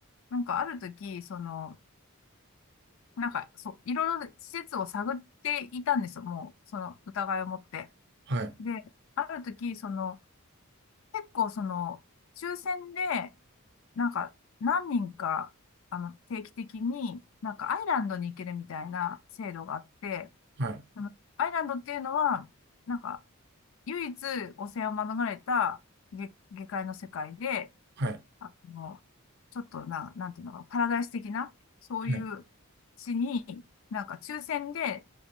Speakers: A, on the left; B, on the right.
A: なんかある時、その、なんか、そう、いろいろ施設を探っていたんですよ、もう、その疑いを持って。
B: はい。
A: で、ある時、その、結構その、抽選で、なんか、何人か、あの、定期的に、なんかアイランドに行けるみたいな制度があって、
B: はい。
A: なんかアイランドっていうのは、なんか、唯一汚染を免れた下、下界の世界で、
B: はい。
A: あの、ちょっとな、なんていうのか、パラダイス的な、そういう地に、
B: はい。
A: なんか抽選で、